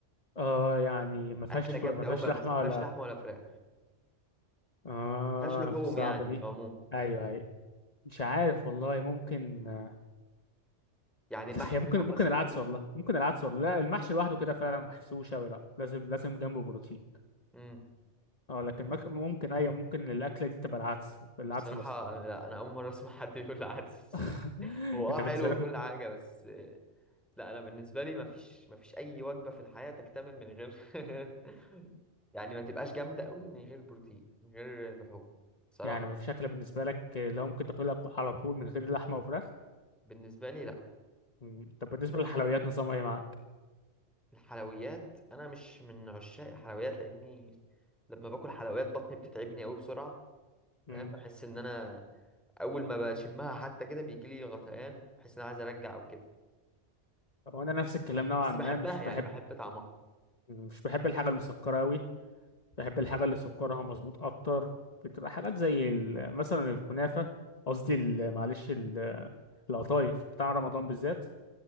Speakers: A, on the left (about 35°); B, in the centre.
A: اه يعني ما فيهاش
B: اكله جامده
A: ما فيهاش
B: قوي ما بت-
A: لحمة
B: ما فيهاش
A: ولا
B: لحمه ولا فراخ
A: اه
B: ما فيهاش لحوم
A: صعبة
B: يعني
A: دي
B: عموما
A: ايوه ايوه مش عارف والله ممكن آه،
B: يعني المحشي
A: <laughs> هي ممكن
B: منهم
A: ممكن
B: مثلا
A: العدس والله ممكن العدس والله لا المحشي لوحده كده فعلا محسوش اوي لا لازم لازم جنبه بروتين
B: إمم.
A: اه لكن مك- ممكن ايوه ممكن الاكله دي تبقى العدس العدس
B: بصراحة
A: الاصفر
B: لا أنا أول مرة أسمع حد يقول العدس
A: <laughs>
B: <laughs> هو
A: انت
B: أه حلو
A: بالنسبه
B: وكل
A: لك ممكن
B: حاجة بس لا أنا بالنسبة لي مفيش مفيش أي وجبة في الحياة تكتمل من غير <laughs> يعني ما تبقاش جامدة قوي من غير بروتين من غير لحوم بصراحة
A: يعني مفيش اكله بالنسبه لك اللي هو ممكن تاكلها على طول من غير لحمه وفراخ
B: بالنسبة لي لا
A: مم. طب بالنسبه للحلويات نظامها ايه معاك
B: الحلويات أنا مش من عشاق الحلويات لأني لما باكل حلويات بطني بتتعبني قوي بسرعة
A: مم.
B: فاهم بحس إن أنا أول ما بشمها حتى كده بيجيلي غثيان بحس إن أنا عايز أرجع أو كده
A: هو انا نفس الكلام نوعا
B: بس
A: ما
B: بحبها
A: مش
B: يعني
A: بحب
B: بحب طعمها
A: مش بحب الحاجه المسكره قوي بحب الحاجه اللي سكرها مظبوط اكتر بتبقى حاجات زي ال- مثلا الكنافه قصدي ال- معلش ال- القطايف بتاع رمضان بالذات